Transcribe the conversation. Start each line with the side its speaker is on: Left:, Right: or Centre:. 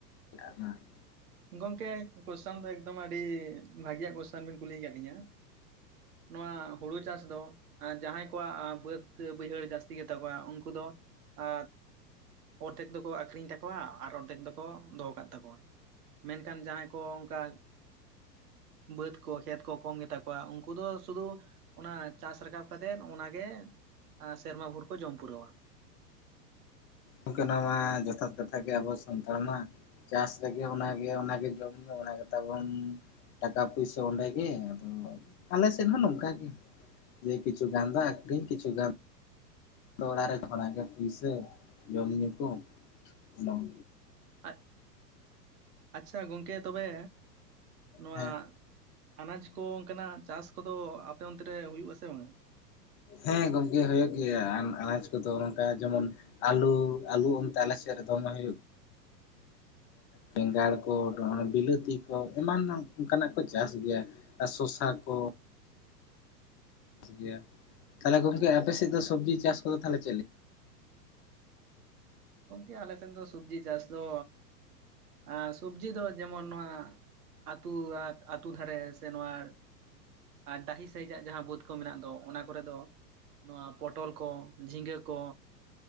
Left: <unintelligible>
Right: ᱜᱚᱝᱠᱮ ᱠᱚᱥᱪᱚᱱ ᱫᱚ ᱮᱠᱫᱚᱢ ᱟᱹᱰᱤ ᱵᱷᱟᱹᱜᱤᱭᱟᱜ ᱠᱚᱥᱪᱟᱱ ᱵᱤᱱᱼᱼ ᱠᱩᱞᱤᱭ ᱠᱟᱜ ᱞᱤᱧᱟ ᱱᱚᱣᱟ ᱦᱩᱲᱩ ᱪᱟᱥ ᱫᱚ ᱟᱸ ᱡᱟᱦᱟᱸᱭ ᱠᱚᱣᱟᱜ ᱵᱟᱹᱫᱽᱼᱼ ᱵᱟᱹᱭᱦᱟᱹᱲ ᱡᱟᱹᱥᱛᱤ ᱜᱮᱛᱟ ᱠᱚᱣᱟ ᱩᱱᱠᱩ ᱫᱚ ᱟᱼᱼ ᱚᱨᱫᱷᱮᱠ ᱫᱚᱠᱚ ᱟᱠᱷᱨᱤᱧ ᱛᱟᱠᱚᱣᱟ ᱟᱨ ᱚᱨᱫᱷᱮᱠ ᱫᱚᱠᱚ ᱫᱚᱦᱚ ᱠᱟᱜ ᱛᱟᱠᱚᱣᱟ᱾ ᱢᱮᱱᱠᱷᱟᱱ ᱡᱟᱦᱟᱸᱭ ᱠᱚ ᱚᱱᱠᱟᱼᱼ ᱵᱟᱹᱫᱽ ᱠᱚ ᱠᱷᱮᱛ ᱠᱚ ᱠᱚᱢ ᱜᱮᱛᱟ ᱠᱚᱣᱟ ᱩᱱᱠᱩ ᱫᱚ ᱥᱩᱫᱩᱼᱼ ᱚᱱᱟ ᱪᱟᱥ ᱨᱟᱠᱟᱵ ᱠᱟᱛᱮᱫ ᱚᱱᱟᱜᱮ ᱟᱸ ᱥᱮᱨᱢᱟ ᱵᱷᱳᱨ ᱠᱚ ᱡᱚᱢ ᱯᱩᱨᱟᱹᱣᱟ᱾
Left: ᱚᱱᱠᱟᱱᱟᱜ ᱢᱟ ᱡᱚᱛᱷᱟᱛ ᱠᱟᱛᱷᱟ ᱜᱮ ᱟᱵᱚ ᱥᱟᱱᱛᱟᱲ ᱢᱟ᱾ ᱪᱟᱥ ᱨᱮᱜᱮ ᱚᱱᱟᱜᱮ ᱚᱱᱟᱜᱮ ᱡᱚᱢ ᱧᱩᱩ ᱚᱱᱟ ᱜᱮ ᱛᱟᱵᱚᱱᱼᱼ ᱴᱟᱠᱟ ᱯᱩᱭᱥᱟᱹ ᱚᱸᱰᱮᱜᱮ ᱟᱫᱚ ᱟᱞᱮ ᱥᱮᱫ ᱦᱚᱸ ᱱᱚᱝᱠᱟᱜ ᱜᱮ᱾ ᱡᱮ ᱠᱤᱪᱷᱩ ᱜᱟᱱᱫᱟ ᱟᱠᱷᱨᱤᱧ ᱠᱪᱷᱩ ᱜᱟᱱᱼᱼ ᱫᱚ ᱚᱲᱟᱨᱮ ᱚᱱᱟᱜᱮ ᱢᱮ ᱯᱩᱭᱥᱟᱹ ᱡᱚᱢ ᱧᱩ ᱠᱚ ᱵᱟᱝᱼᱼ
Right: ᱟᱡ ᱟᱪᱪᱷᱟ ᱜᱚᱝᱠᱮ ᱛᱚᱵᱮ ᱱᱚᱣᱟᱼᱼ
Left: ᱦᱮᱸ
Right: ᱟᱱᱟᱡ ᱠᱚ ᱚᱱᱠᱟᱱᱟᱜ ᱪᱟᱥ ᱠᱚᱫᱚ ᱟᱯᱮ ᱚᱱᱛᱮ ᱨᱮ ᱦᱩᱭᱩᱜ ᱟᱥᱮ ᱵᱟᱝᱼᱟ?
Left: ᱦᱮᱸ ᱜᱚᱢᱠᱮ ᱦᱩᱭᱩᱜ ᱜᱮᱭᱟ ᱟᱱ ᱟᱱᱟᱡ ᱠᱚᱫᱚ ᱱᱚᱝᱠᱟ ᱡᱮᱢᱚᱱᱼᱼ ᱟᱞᱩ ᱟᱞᱩ ᱚᱱᱛᱮ ᱟᱞᱮ ᱥᱮᱜ ᱨᱮ ᱫᱚᱢᱮ ᱦᱩᱭᱩᱜᱼᱼ ᱵᱮᱸᱜᱟᱲ ᱠᱚ ᱱᱚ ᱵᱤᱞᱟᱹᱛᱤ ᱠᱚ ᱮᱢᱟᱱ ᱚᱱᱠᱟᱱᱟᱜ ᱠᱚ ᱪᱟᱥ ᱜᱮᱭᱟ᱾ ᱟ ᱥᱚᱥᱟ ᱠᱚ᱾ ᱜᱮ ᱛᱟᱦᱚᱞᱮ ᱜᱚᱢᱠᱮ ᱟᱯᱮ ᱥᱮᱫ ᱫᱚ ᱥᱚᱵᱡᱤ ᱪᱟᱥ ᱠᱚᱫᱚ ᱛᱟᱦᱞᱮ ᱪᱮᱜ ᱞᱮᱠᱟ?
Right: ᱜᱚᱢᱠᱮ ᱟᱞᱮ ᱥᱮᱱ ᱫᱚ ᱥᱚᱵᱡᱤ ᱪᱟᱥ ᱫᱚ ᱟᱸ ᱥᱚᱵᱡᱤ ᱫᱚ ᱡᱮᱢᱚᱱ ᱱᱚᱣᱟᱼᱼ ᱟᱹᱛᱩ ᱣᱟᱛ ᱟᱛᱩ ᱫᱷᱟᱨᱮ ᱥᱮ ᱱᱚᱣᱟᱼᱼ ᱟᱨ ᱰᱟᱦᱤ ᱥᱟᱹᱭᱤᱡᱟᱜ ᱡᱟᱦᱟᱸ ᱵᱟᱹᱫᱽ ᱠᱚ ᱢᱮᱱᱟᱜ ᱫᱚ ᱚᱱᱟ ᱠᱚᱨᱮ ᱫᱚᱼᱼ ᱱᱚᱣᱟ ᱯᱚᱴᱚᱞ ᱠᱚ ᱡᱷᱤᱸᱜᱟᱹ ᱠᱚ